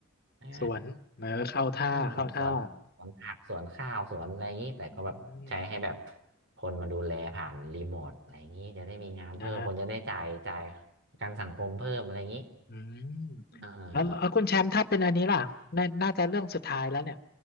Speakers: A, on the right; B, on the left.
A: อ่า
B: สวนเออเข้าท่าเข้าท่า
A: เออสวนสวนผักสวนข้าวสวนอะไรอย่างนี้แต่ก็แบบใช้ให้แบบ
B: อืม
A: คนมาดูแลผ่านรีโมทอะไรอย่างนี้จะได้มีงานเพิ่มคนจะได้จ่ายจ่ายประกันสังคมเพิ่มอะไรอย่างนี้
B: ได้ อืม
A: เออ
B: แล้วแล้วคุณแชมป์ถ้าเป็นอันนี้ล่ะน่าน่าจะเรื่องสุดท้ายแล้วเนี่ย